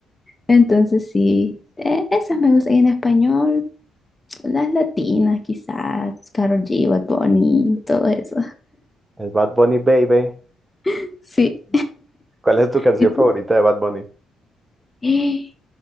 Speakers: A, on the left; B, on the right.
A: Entonces sí, eh, esas me gustan y en español, las latinas quizás, Karol G, Bad Bunny, todo eso.
B: el Bad Bunny Baby.
A: <laughs> Sí.
B: ¿Cuál es tu canción
A: ¿Y
B: favorita
A: tú?
B: de Bad Bunny?
A: <gasps>